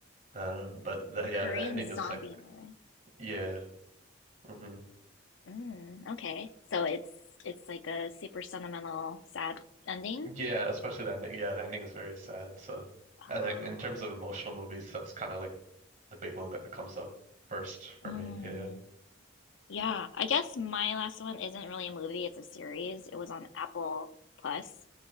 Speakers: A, on the right; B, on the left.
A: Um, but the,
B: A Korean
A: yeah, the ending
B: zombie
A: is like
B: movie.
A: yeah, hmm
B: Mm, okay. So it's it's like a super sentimental, sad ending.
A: yeah, especially the ending. Yeah, the ending is very sad. So,
B: Oh.
A: I like in terms of emotional movies, that's kind of like the big one that comes up first for
B: Mm,
A: me. Yeah.
B: yeah, I guess my last one isn't really a movie, it's a series. It was on Apple Plus,